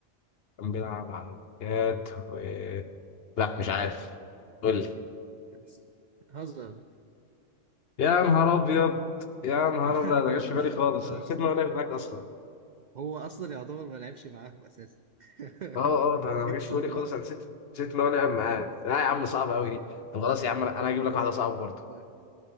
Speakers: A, on the left; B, on the right.
A: كان بيلعب على الجهاد و... لا مش عارف قول لي
B: بس- هزر
A: يا نهار ابيض يا نهار
B: <laughs>
A: ابيض لا، ده ما جاش في بالي خالص
B: هزر.
A: أنا نسيت ان هو لعب هناك اصلا
B: هو اصلا يعتبر ما لعبش معاهم اساسا <laughs>
A: اه اه ده انا
B: وكنت
A: ما جاش
B: صاب
A: في بالي
B: وقع
A: خالص انا نسيت نسيت ان هو لعب معاه لا يا عم صعب قوي دي طب خلاص يا عم انا أنا هجيب لك واحده صعبه برضه
B: طيب